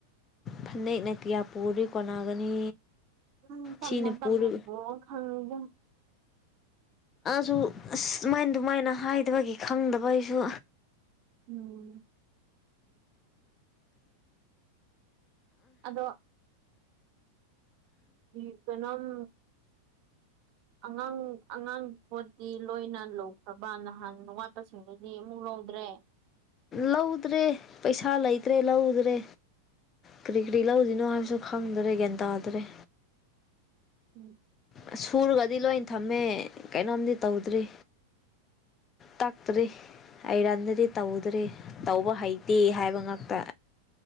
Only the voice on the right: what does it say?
ꯎꯝ ꯇꯅ
ꯇꯅ
ꯑꯣ ꯈꯪꯗ
ꯎꯝ ꯑꯗꯣ ꯍ ꯀꯅꯝ ꯑꯉꯥꯡ ꯑꯉꯥꯡ ꯄꯣꯠꯀꯤ ꯂꯣꯏꯅ ꯂꯧꯈ꯭ꯔꯕ ꯅꯍꯥꯟꯋꯥꯠꯄꯁꯤꯡꯗꯨꯗꯤ ꯑꯃꯨꯛ ꯂꯧꯗ꯭ꯔꯦ
ꯎꯝ
ꯎꯝ